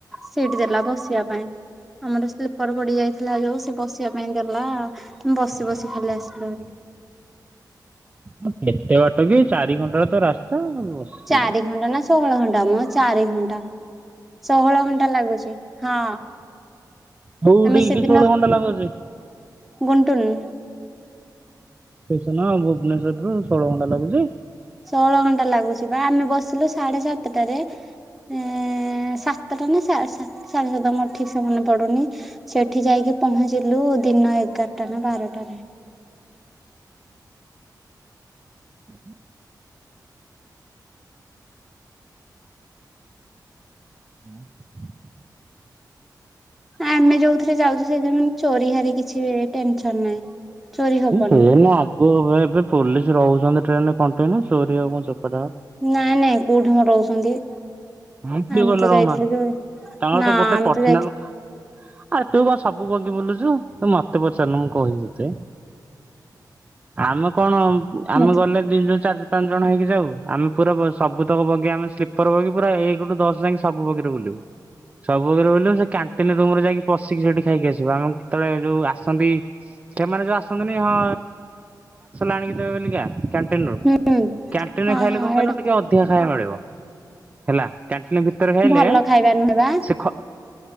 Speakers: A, in the centre; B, on the right (about 20°).
A: ସିଟ ଦେଲା ବସିବା ପାଇଁ ଆମ ସ୍ଲିପର ପଡି ଯାଇଥିଲା ଯୋଉ ସେ ବସିବା ପାଇଁ ଦେଲା। ବସି ବସି ଖାଲି ଆସିଲୁ।
B: ହଁ କେତେ ବାଟ କି ଚାରି ଘଣ୍ଟା ର ତ ରାସ୍ତା। ବସିବ
A: ଚାରି ଘଣ୍ଟା ନା ଷୋହଳ ଘଣ୍ଟା ମ ଚାରି ଘଣ୍ଟା ଷୋହଳ ଘଣ୍ଟା ଲାଗୁଛି। ହଁ
B: କୋଉଠିକି
A: ଆମେ ସେଦିନ
B: ଷୋହଳ ଘଣ୍ଟା ଲାଗୁଛି
A: ଗୁଣ୍ଟୁନୁ।
B: ସନ ଭୁବନେଶ୍ୱରରୁ ଷୋଳ ଘଣ୍ଟା ଲାଗୁଛି।
A: ଷୋହଳ ଘଣ୍ଟା ଲାଗୁଛି ବା ଆମେ ବସିଲୁ ସାଢେ ସାତଟାରେ ଏ ସାତଟା ନା ସାଢେ ସାତ ମୋର ଠିକ ସେ ମନେ ପଡୁନି। ସେଠି ଯାଇକି ପହଞ୍ଚିଲୁ ଦିନ ଏଗାରଟା ନା ବାରଟାରେ।
B: <inaudible> <inaudible>
A: ଆମେ ଯୋଉଥିରେ ଯାଉଛୁ ସେଥିରେ ମାନେ ଚୋରି ହାରି କିଛି ଟେନସନ ନାହିଁ। ଚୋରି ହବନି
B: ଟ୍ରେନ ଆଗ ଏବେ ପୋଲିସ ରହୁଛି। ଟ୍ରେନରେ କଣ୍ଟିନୁ ଚୋରିୀ ହେବ ଚୋପାଟା।
A: ନାଇଁ ନାଇଁ କୋଉଠି ମ ରହୁଛନ୍ତି।
B: ମୁଁ କିଏ
A: ଆମେ
B: କହିଲା
A: ତ ଯାଇଥିଲୁ
B: ରହୁନାହାନ୍ତି
A: ଯୋଉ
B: ତାଙ୍କର
A: ନା
B: ତ ଗୋଟେ
A: ଆମେ
B: ପର୍ସନାଲ
A: ଯାଇଥିଲୁ
B: ଆରେ ତୁ କଣ ସବୁ ବଗି ବୁଲୁଛୁ। ତ ମତେ ପଚାରୁନୁ ମୁଁ କହିବି ତତେ। ଆମେ କଣ ଆମେ
A: ମତେ
B: ଗଲେ ଦି ଯୋଉ ଚାରି ଚାରି ପାଞ୍ଚ ଜଣ ହେଇକି ଯାଉ। ଆମେ ପୁରା ସବୁତକ ବଗି ଆମେ ସ୍ଲିପର ବଗି ପୁରା ଏକଠୁ ଦଶ ଯାଇକି ସବୁ ବଗିରେ ବୁଲିବୁ ସବୁ ବଗିରେ ବୁଲିବୁ ସେ କାଣ୍ଟିନ ରୁମ ରେ ଯାଇକି ପଶିକି ସେଠି ଖାଇକି ଆସିବ ଆମେ କେତେବେଳେ ଯୋଉ ଆସନ୍ତି। ସେମାନେ ଯୋଉ ଆସନ୍ତିନି ହଁ ଆଣି ଦେବେ ବଲିକା କ୍ୟାନ୍ଟିନ ରୁ
A: ହୁଁ
B: କ୍ୟାଣ୍ଟିନରେ
A: ହଁ
B: ଖାଇଲେ
A: ହଁ
B: କ କ
A: ଏଇଟା
B: ଟିକେ ଅଧିକା ଖାଇବା ମିଳିବ। ହେଲା କ୍ୟାଣ୍ଟିନ୍ ଭିତର ଖାଇଲେ
A: ଭଲ ଖାଇବା ନୁହେଁ ବା
B: ସେ ଖ